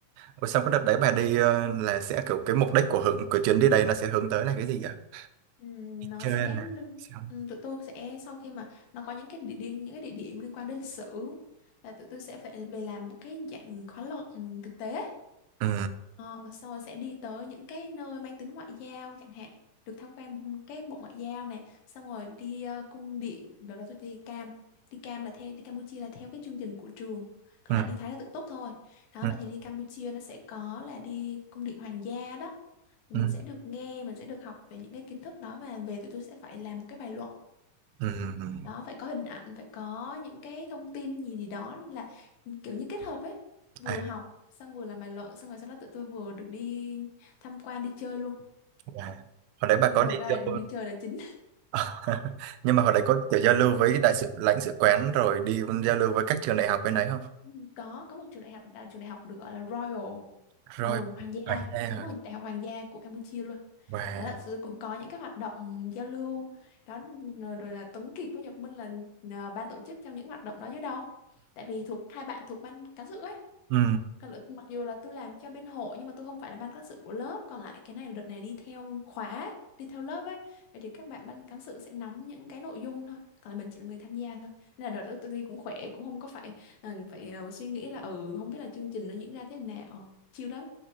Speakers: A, on the right; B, on the left.
A: Ủa, xong cái đợt đấy bà đi ờ, là sẽ kiểu cái mục đích của hưởng của chuyến đi đấy nó sẽ hướng tới là cái gì vậy?
B: Ừm,
A: Đi
B: nó
A: chơi
B: sẽ
A: là
B: liên-
A: sao?
B: ừm, tụi tôi sẽ sau khi mà nó có những cái địa điểm những cái địa điểm liên quan đến lịch sử là tụi tôi sẽ phải về làm một cái dạng khóa luận thực tế
A: Ừ.
B: Ờ, xong rồi sẽ đi tới những cái nơi mang tính ngoại giao chẳng hạn được tham quan cái bộ ngoại giao này xong rồi đi ờ, cung điện đợt đó tôi đi Cam đi Cam là theo đi Campuchia là theo cái chương trình của trường còn
A: Ừ.
B: lại đi Thái là tự túc thôi đó
A: Ừ.
B: vậy thì đi Campuchia nó sẽ có là đi cung điện hoàng gia đó thì
A: Ừ.
B: mình sẽ được nghe mình sẽ được học về những cái kiến thức đó và về tụi tôi sẽ phải làm một cái bài luận
A: Ừ. ừ.
B: đó phải có hình ảnh phải có những cái thông tin gì gì đó là kiểu như kết hợp ấy vừa
A: À,
B: học xong vừa làm bài luận xong rồi sau đó tụi tôi vừa được đi tham quan đi chơi luôn
A: bà. Hồi đấy bà
B: nhưng
A: có
B: mà
A: đi
B: thực ra
A: giao
B: là đi chơi là chính
A: <laughs> nhưng mà hồi đấy có kiểu giao lưu với đại sứ lãnh sự quán rồi đi giao lưu với các trường đại học bên đấy không?
B: Ừ, có có một trường đại học là trường đại học được gọi là Royal
A: Rồi,
B: ồ hoàng gia
A: vàng e hả
B: đúng rồi đại học hoàng gia của Campuchia luôn
A: và
B: đó là sự- cũng có những cái hoạt động giao lưu đó rồi, rồi là Tuấn Kiệt với Nhật Minh là à, ban tổ chức trong những hoạt động đó chứ đâu tại vì thuộc hai bạn thuộc ban cán sự ấy
A: ừ.
B: Còn lại- mặc dù là tôi làm cho bên hội nhưng mà tôi không phải là ban cán sự của lớp còn lại cái này là đợt này đi theo khóa ấy, đi theo lớp ấy vậy thì các bạn ban cán sự sẽ nắm những cái nội dung thôi còn là mình chỉ là người tham gia thôi nên là đợt đó tôi đi cũng khỏe cũng không có phải ờ, phải ờ, suy nghĩ là ừ không biết là chương trình nó diễn ra thế nào chill lắm